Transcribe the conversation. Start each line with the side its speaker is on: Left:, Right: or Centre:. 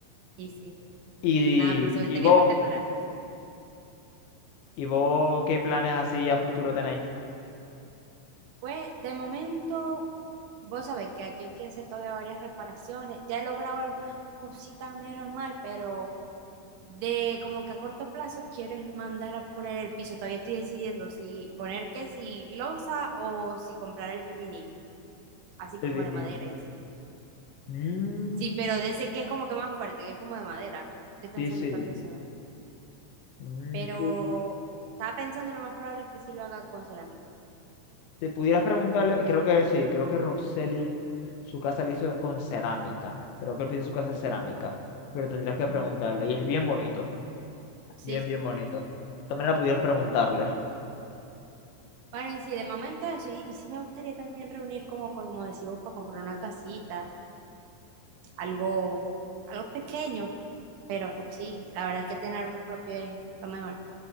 Right: y sí.
Left: Y,
Right: Nada, por seguro,
Left: y
Right: te
Left: vos,
Right: queda espectacular.
Left: y vos, ¿qué planes así a futuro tenéis?
Right: Pues, de momento, vos sabéis que aquí hay que hacer todavía varias reparaciones. Ya he logrado algunas cositas, menos mal, pero de como que a corto plazo quiero es mandar a poner el piso. Todavía estoy decidiendo si poner que si losa o si comprar el vinil, así
Left: El
Right: como
Left: vinil.
Right: de madera y así.
Left: Mm,
Right: Sí, pero de ese que es como que más fuerte, que es como de madera. Estoy pensando
Left: sí, sí.
Right: en cuál de esos dos.
Left: Mm,
Right: Pero
Left: fu-
Right: estaba pensando y lo más probable es que sí lo haga con cerámica.
Left: Si pudieras preguntarle, creo que sí, creo que Roseli, su casa la hizo con cerámica. Creo que el piso de su casa es cerámica. Pero tendrías que preguntarle.
Right: Mm,
Left: Y es bien bonito.
Right: sí.
Left: Bien, bien bonito. También la pudieras preguntarle.
Right: Bueno, y sí, de momento eso. Y, y sí me gustaría también reunir como, como decís vos, para comprar una casita, algo, algo pequeño. Pero sí, la verdad es que tener algo propio es lo mejor.